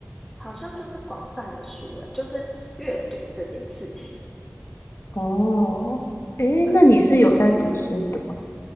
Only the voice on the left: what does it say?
哦，诶，
那你是有在读书的吗？